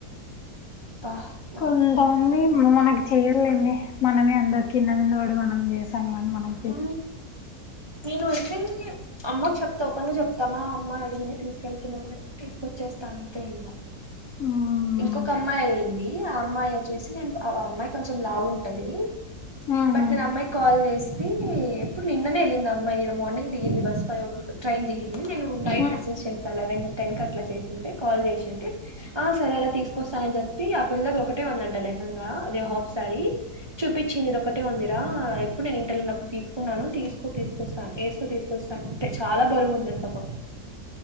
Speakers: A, on the right; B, on the left.
A: బ
B: కొంతమంది మనకు చెయలేండి మనమే అంద కిన్న విన్నోడి మనం చేసాముని మనం.
A: ఉ నేను వసం. అమ్మకు చెప్తా పను చెప్తామా అమ్మ అడిగిని తీసుకెళ్తున్నామని తీసుకొచ్చేస్తా అంతెేల్వా.
B: ఉమ్
A: ఇంకొక అమ్మాయి వెళ్ళింది ఆ అమ్మాయి. చేసినాయ్ అనుకో ఆ అమ్మాయ్ కొంచెం లావు ఉంటది
B: ఉమ్.
A: బట్ నేను ఆ అమ్మాయ్ కి కాల్ చేసి నేనే ఎప్పుడు నిన్ననే వెళ్ళింది అమ్మాయి నేను మార్నింగ్ దిగింది bus five o'clock train దిగింది నేను నైట్
B: ఆ
A: మెసేజ్ చేస్తాను లెవెన్, టెన్ క అట్లా చేసింటే కాల్ చేసింటే ఆ సరేరా తీసుకొస్తా అని చెప్పి ఆ పిల్లది ఒకటే ఉందంట లేహంగా అదే హా సారి చూపించింది ఇది ఒకటే ఉందిరా ఎప్పుడు నేను ట్టళ్నప్పుడు తీసుకున్నాను తీసుకో తీసుకొస్తాను వేసుకో తీసుకొస్తాను అంటే చాలా బరువుంది బాబ